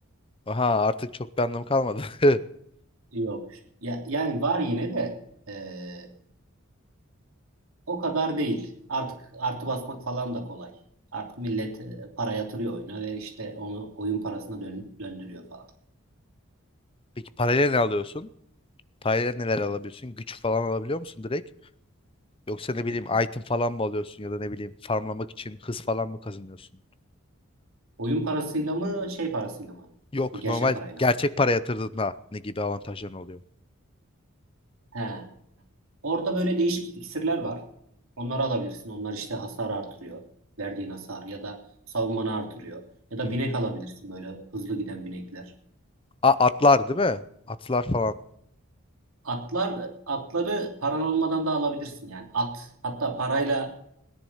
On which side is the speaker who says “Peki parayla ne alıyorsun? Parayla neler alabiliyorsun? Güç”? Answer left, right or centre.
Left